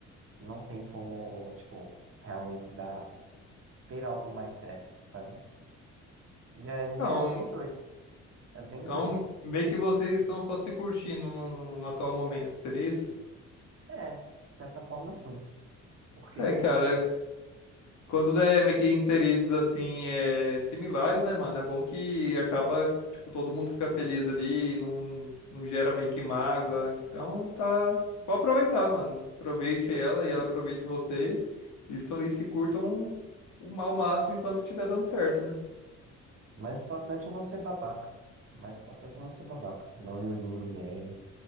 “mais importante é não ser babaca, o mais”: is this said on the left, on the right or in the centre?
Right